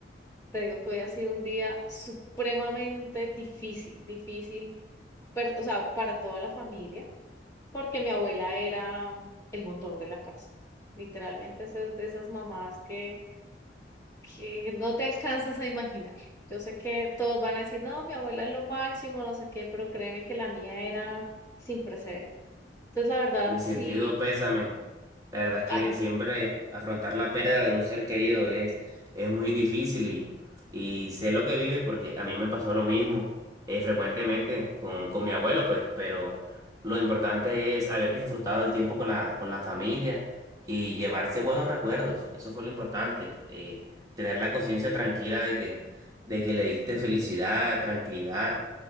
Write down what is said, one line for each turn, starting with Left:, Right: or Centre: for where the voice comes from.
Left: te digo que hoy ha sido un día supremamente difícil, difícil, per- o sea, para toda la familia, porque mi abuela era el motor de la casa, literalmente es de esas mamás que, que no te alcanzas a imaginar. Yo sé que todos van a decir, no, mi abuela es lo máximo, no sé qué, pero créeme que la mía era sin precedentes. Entonces, la verdad,
Right: Mi
Left: sí.
Right: sentido pésame. La verdad es
Left: ay
Right: que siempre afrontar la pérdida de un ser querido es, es muy difícil y, y sé lo que vives porque a mí me pasó lo mismo eh, frecuentemente con, con mi abuelo, pues, pero lo importante es haber disfrutado el tiempo con la, con la familia y llevarse buenos recuerdos. Eso fue lo importante. eh, tener la conciencia tranquila de que, de que le diste felicidad, tranquilidad.